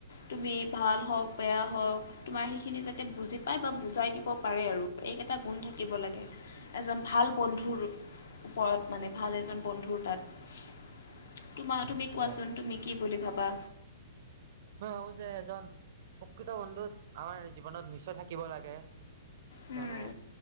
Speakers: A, on the left; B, on the right.
A: তুমি ভাল হওঁক বেয়া হওক তোমাৰ সেইখিনি যাতে বুজি পায় বা বুজাই দিব পাৰে আৰু। এই এটা গুণ থাকিব লাগে এজন ভাল বন্ধুৰ ওপৰত মানে ভাল এজন বন্ধুৰ তাত। তোমাৰ তুমি কোৱাচোন
B: হয়
A: তুমি কি বুলি ভাবা
B: মই ভাবো যে এজন প্ৰকৃত বন্ধুত আমাৰ জীৱনত নিশ্চয় থাকিব লাগে,
A: উম,
B: কিয়নো